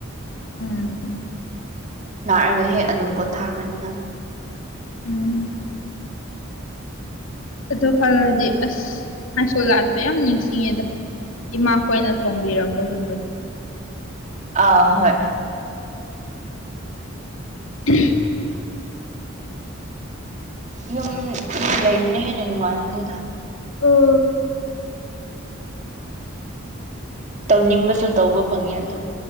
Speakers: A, on the left; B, on the right.
A: ꯎꯝ
B: ꯂꯥꯛꯑꯒ ꯍꯦꯛ ꯑꯗꯨꯝ ꯄꯣꯊꯥꯈ꯭ꯔꯅꯤꯉꯥꯏ
A: ꯎꯝ ꯑꯗꯨ ꯈꯜꯂꯛꯑꯗꯤ ꯑꯁꯁꯣ ꯂꯥꯛꯇꯣꯏ ꯌꯥꯝ ꯅꯤꯡꯁꯤꯡꯉꯦꯗ ꯏꯃꯥꯈꯣꯏꯅ ꯊꯣꯡꯝꯕꯤꯔꯝꯕꯒꯨꯝꯕꯗꯣ
B: ꯑ ꯍꯣꯏ
A: <unintelligible>
B: ꯌꯨꯝ ꯌꯨꯝ ꯂꯩꯕꯅꯦꯍꯦꯟꯅ ꯅꯨꯡꯉꯥꯏꯔꯝꯅꯤꯗ
A: ꯑꯣ
B: ꯇꯧꯅꯤꯡꯕꯁꯨ ꯇꯧꯕ ꯐꯪꯉꯦ ꯑꯗꯨꯝ